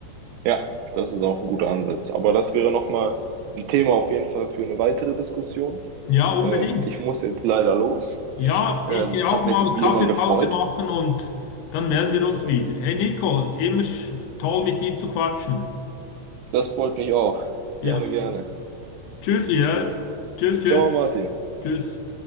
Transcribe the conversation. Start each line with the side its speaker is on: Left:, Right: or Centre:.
Right: ja, das ist auch ein guter Ansatz. Aber das wäre nochmal ein Thema auf jeden Fall für eine weitere Diskussion.
Left: Ja, unbedingt.
Right: Ähm, ich muss jetzt leider los.
Left: Ja,
Right: Ähm,
Left: ich gehe
Right: es
Left: auch
Right: hat
Left: mal
Right: mich wie
Left: Kaffeepause
Right: immer gefreut.
Left: machen und dann melden wir uns wieder. Hey Nico, immer sch- toll mit dir zu quatschen.
Right: Das freut mich auch.
Left: Ja,
Right: Gerne, gerne.
Left: <laughs> tschüss, ja. Tschüss, tschüss,
Right: Ciao, Martin.
Left: tschüss.